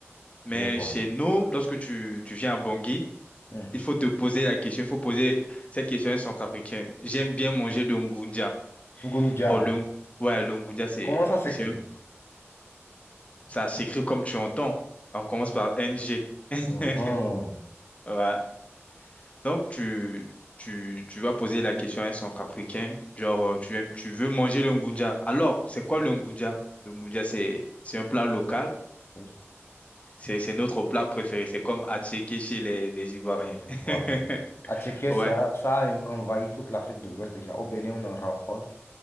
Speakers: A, on the left; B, on the left.
A: Mais
B: je vois.
A: chez nous, lorsque tu, tu viens à Bangui,
B: Hmm.
A: il faut te poser la question, il faut poser cette question à un Centrafricain. J'aime bien manger le ngundia.
B: Ngunja,
A: Bon, le, ouais, le ngundia, c'est,
B: comment ça s'écrit?
A: c'est, un- ça s'écrit comme tu entends. On commence par NG. <laughs>
B: Mhm.
A: Ouais. Donc, tu, tu, tu vas poser la question à un centrafricain, genre, euh, tu, aimes- tu veux manger le ngunja. Alors, c'est quoi le ngunja? Le ngunja, c'est, c'est un plat local.
B: Oui,
A: C'est, c'est notre plat préféré. C'est comme attiéké chez les, les Ivoiriens.
B: Les
A: <laughs>
B: Ivoiriens. À Tchéquia,
A: Ouais.
B: ça, ça a envahi toute l'Afrique de l'Ouest déjà. Au Bénin, on en raffole.